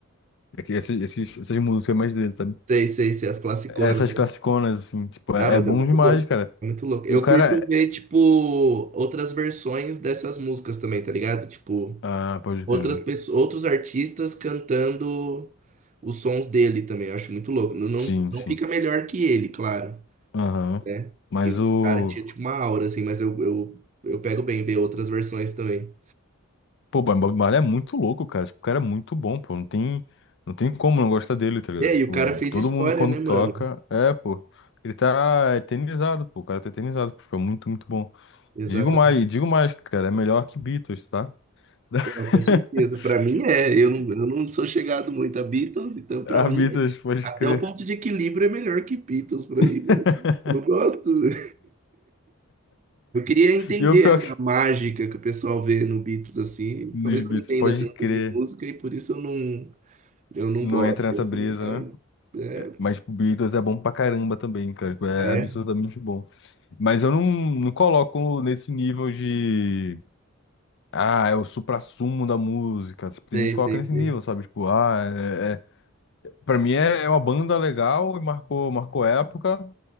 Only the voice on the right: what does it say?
Sei, sei, sei, as classiconas.
né?
Ah,
mas
é muito
louco.
É muito louco. Eu
curto
ver, tipo, outras versões dessas músicas também, tá ligado? Tipo.
outras
pessoas, outros artistas cantando os sons dele também. Eu acho muito louco. Não, não,
não
fica melhor que ele, claro,
né?
Que o
cara tinha tipo uma aura assim, mas eu, eu, eu pego bem ver outras versões também.
É,
e o cara fez
história,
né,
mano?
Exatamente.
Não, com certeza. Pra mim é. Eu não, eu não sou chegado muito a Beatles, então pra
mim
é-
até
o ponto de equilíbrio é melhor que Beatles pra mim,
mano. Eu não gosto. <laughs> Eu queria entender
essa
mágica que o pessoal vê no Beatles assim.
Talvez
eu não entenda
tanto
de música e por isso eu não eu não
gosto
assim,
mas é,
ah, é?
Sei,
sei,
sei.